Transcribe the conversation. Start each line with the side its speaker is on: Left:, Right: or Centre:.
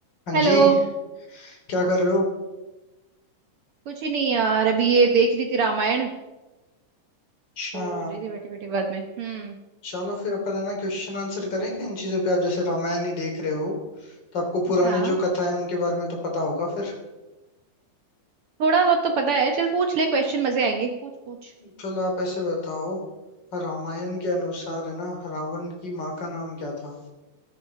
Left: हाँ
Right: Hello
Left: जी क्या कर रहे हो
Right: कुछ ही नहीं यार अभी ये देख रही थी रामायण
Left: अच्छा
Right: बोर हो रही थी बैठे बैठे बाद में हम्म
Left: चलो फिर अपन है ना क्वेश्चन आंसर करेंगे इन चीजों पे आप जैसे रामायण ही देख रहे हो तो आपको पुरानी
Right: हाँ
Left: जो कथा है उनके बारे में तो पता होगा फिर
Right: थोड़ा बहुत तो पता है चल पूछ ले क्वेश्चन मजे आएंगे पूछ पूछ
Left: चलो आप ऐसे बताओ रामायण के अनुसार है ना रावण की माँ का नाम क्या था